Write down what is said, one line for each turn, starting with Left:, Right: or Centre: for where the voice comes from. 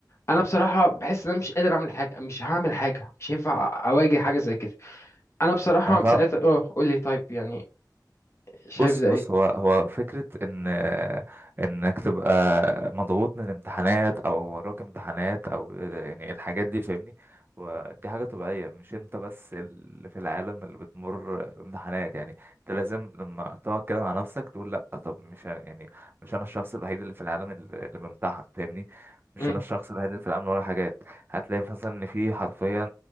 Left: انا بصراحه بحس ان انا مش قادر اعمل حاجه مش هعمل حاجه مش هينفع اواجه حاجه زي كده انا بصراحه
Right: انا فاهم
Left: ساعتها اه قول لي طيب يعني شايف
Right: بص
Left: ده
Right: بص
Left: ايه
Right: هو هو فكرة إن إنك تبقى مضغوط من الامتحانات أو وراك امتحانات أو يعني الحاجات دي فاهمني ودي حاجة طبيعية مش أنت بس اللي في العالم اللي بتمر بامتحانات يعني أنت لازم لما تقعد كده مع نفسك تقول لأ طب مش أنا يعني مش أنا الشخص الوحيد اللي في العالم اللي اللي بامتحن فاهمني مش
Left: امم
Right: أنا الشخص الوحيد اللي في العالم اللي وراه حاجات هتلاقي مثلا إن في حرفيا